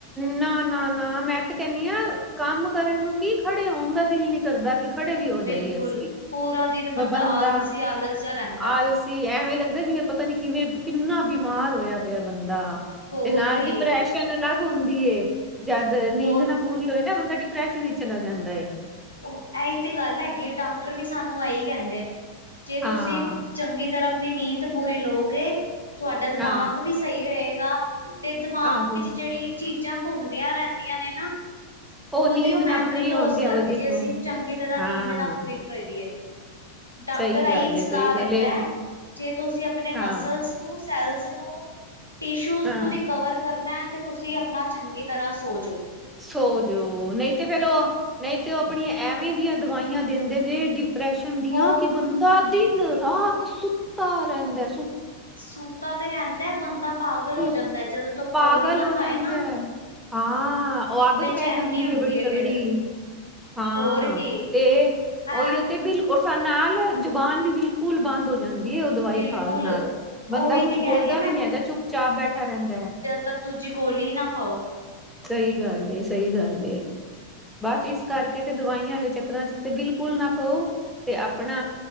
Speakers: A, in the centre; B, on the left.
A: ਨਾ-ਨਾ-ਨਾ ਮੈਂ ਤੇ ਕੈਨੀ ਆ‌ ਕੰਮ ਕਰਨ ਨੂੰ ਕੀ ਖੜੇ ਹੋਣ ਦਾ ਦਿਲ ਨੀ ਕਰਦਾ। ਖੜੇ ਵੀ ਹੋ
B: ਬਿਲਕੁਲ
A: ਜਾਈਏ ਅਸੀਂ
B: ਪੂਰਾ ਦਿਨ
A: ਵ ਬੰਦਾ
B: ਆਲਸੀ ਆਲਸ ਜਾ ਰਹਿੰਦਾ
A: ਆਲਸ ਕੀ ਐਵੇਂ ਲੱਗਦਾ ਜਿਵੇਂ ਪਤਾ ਨੀ ਕਿਵੇਂ ਕਿੰਨਾ ਬਿਮਾਰ ਹੋਇਆ ਪਿਆ। ਬੰਦਾ
B: ਹੋਰ
A: ਤੇ ਨਾਲ
B: ਕੀ
A: ਡਿਪਰੈਸ਼ਨ ਅਲੱਗ ਹੁੰਦੀ ਏ। ਜਦ ਨੀਂਦ
B: ਹੋਰ
A: ਨਾ ਪੂਰੀ ਹੋਏ ਨਾ ਬੰਦਾ ਦ ਪ੍ਰੈਸ਼ਨ ਵਿਚ ਚਲਾ ਜਾਂਦਾ ਏ।
B: ਉਹ ਇਹੀ ਤੇ ਗੱਲ ਹੈਗੀ ਐ ਡਾਕਟਰ ਵੀ ਸਾਨੂੰ ਇਹੀ ਕਹਿੰਦੇ ਨੇ ਜੇ
A: ਹਾਂ
B: ਤੁਸੀਂ ਚੰਗੀ ਤਰ੍ਹਾਂ ਆਪਣੀ ਨੀਂਦ ਪੂਰੀ ਲਓਗੇ ਤੁਹਾਡਾ ਦਿਮਾਗ
A: ਹਾਂ
B: ਵੀ ਸਹੀ ਰਹੇਗਾ। ਤੇ ਦਿਮਾਗ
A: ਆਹੋ
B: ਵਿੱਚ ਜਿਹੜੀ ਚੀਜ਼ਾਂ ਘੁੰਮਦੀਆਂ ਰਹਿੰਦੀਆਂ ਨੇ ਨਾ ਉਹਦੀ
A: ਨੀਂਦ
B: ਉਹ
A: ਨਾ
B: ਮੈਮਰੀ
A: ਪੂਰੀ
B: ਲੋਸ
A: ਹੋਣ ਦੀ
B: ਕਰਦੀ
A: ਵਜ੍ਹਾ
B: ਜੇ
A: ਤੋਂ
B: ਅਸੀਂ ਚੰਗੀ ਤਰ੍ਹਾਂ
A: ਹਾਂ
B: ਨੀਂਦ ਨਾ ਪੂਰੀ ਕਰੀਏ। ਡਾਕਟਰ
A: ਸਹੀ
B: ਆਈ
A: ਗੱਲ ਏ
B: ਸਲਾਹ
A: ਸਹੀ ਗੱਲ
B: ਦਿੰਦਾ
A: ਏ
B: ਜੇ ਤੁਸੀਂ ਆਪਣੇ
A: ਹਾਂ
B: ਮਸਲਸ ਨੂੰ ਸੈਲਜ਼ ਨੂੰ ਟਿਸ਼ੂਜ਼
A: ਹਾਂ
B: ਨੂੰ ਰਿਕਵਰ ਕਰਨਾ ਤੇ ਤੁਸੀਂ ਆਪਣਾ ਚੰਗੀ ਤਰ੍ਹਾਂ ਸੋਜੋ।
A: ਸੋਜੋ ਨਈ ਤੇ ਤੇ ਫੇਰ ਉਹ ਨਈ ਤੇ ਉਹ ਆਪਣੀਆਂ ਐਵੇਂ ਦੀਆਂ ਦਵਾਈਆਂ ਦਿੰਦੇ ਦੇ ਡਿਪਰੈਸ਼ ਸ਼ਨ ਦੀਆ
B: ਹੋ
A: ਕਿ ਬੰਦਾ ਦਿਨ-ਰਾਤ ਸੁੱਤਾ ਰਹਿੰਦਾ ਸੁ
B: ਸੂਤਾ ਤੇ ਰਹਿੰਦਾ ਬੰਦਾ ਪਾਗਲ
A: ਤੇ
B: ਹੋ ਜਾਂਦਾ ਜਦੋਂ ਤੱਕ
A: ਪਾਗਲ
B: ਗੋਲੀ ਨਾ
A: ਹੋ
B: ਖਾਏ
A: ਜਾਂਦਾ।
B: ਨਾ
A: ਹਾਂ ਉਹ ਆਦਤ
B: ਬੇਚੈਨੀ
A: ਪੈ ਜਾਂਦੀ
B: ਹੁੰਦੀ
A: ਹੈ ਬੜੀ ਤਗੜੀ।
B: ਫੇਰ
A: ਹਾਂ
B: ਹੋਰ ਕੀ
A: ਤੇ,
B: ਐ
A: ਉਹੀਉ ਤੇ ਬਿਲਕੁਲ ਉਸਾ ਨਾਲ ਜੁਬਾਨ ਵੀ ਬਿਲਕੁਲ ਬੰਦ ਹੋ ਜਾਦ ਨੀ ਉਹ ਦਵਾਈ
B: ਬਿਲਕੁਲ
A: ਖਾਣ ਨਾਲ ਬੰਦਾ
B: ਉਹੀ
A: ਕੁੱਝ
B: ਤੇ
A: ਬੋਲਦਾ
B: ਕਹਿ ਰਹੀ ਹਾਂ
A: ਵੀ ਨੀ ਹੈਗਾ ਚੁੱਪ-ਚਾਪ ਬੈਠਾ ਰਹਿੰਦਾ।
B: ਤੱਦ ਦੂਜੀ ਗੋਲੀ ਨਾ ਖਾਓ।
A: ਸਹੀ ਗੱਲ ਏ, ਸਹੀ ਗੱਲ ਏ, ਬਸ ਇਸ ਕਰਕੇ ਤੇ ਦਵਾਈਆਂ ਦੇ ਚੱਕਰਾਂ ਚ ਤੇ ਬਿਲਕੁਲ ਨਾ ਪੋ ਤੇ ਆਪਣਾ